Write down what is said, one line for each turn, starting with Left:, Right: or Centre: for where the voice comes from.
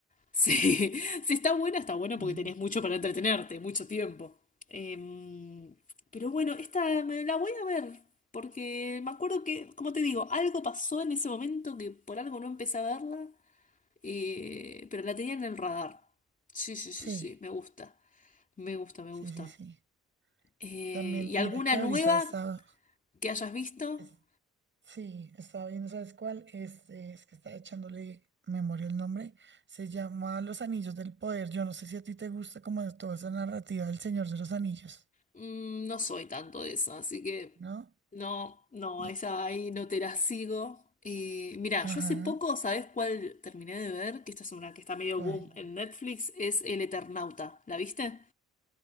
Left: sí, <laughs> si está buena, está buena
Right: Mm.
Left: porque tenés mucho para entretenerte, mucho tiempo. Em, pero bueno, esta me la voy a ver, porque me acuerdo que, como te digo, algo pasó en ese momento que por algo no empecé a verla, eh, pero la tenía en el radar. Sí, sí, sí,
Right: Sí,
Left: sí, me gusta, me gusta, me
Right: sí,
Left: gusta.
Right: sí, sí.
Left: Eh,
Right: También,
Left: ¿y
Right: mira
Left: alguna
Right: que
Left: nueva
Right: ahorita estaba,
Left: que hayas visto?
Right: es- sí, estaba viendo, ¿sabes cuál? Este, es que estaba echándole memoria el nombre. Se llama Los Anillos del Poder. Yo no sé si a ti te gusta como toda esa narrativa del Señor de los Anillos,
Left: Mm, No soy tanto de eso, así que
Right: ¿no?
Left: no, no,
Right: Yo-
Left: esa ahí no te la sigo. Y mira,
Right: Ajá,
Left: yo hace poco, ¿sabes cuál terminé de ver? Que esta es una que está medio
Right: ¿cuál?
Left: boom en Netflix, es El Eternauta. ¿La viste?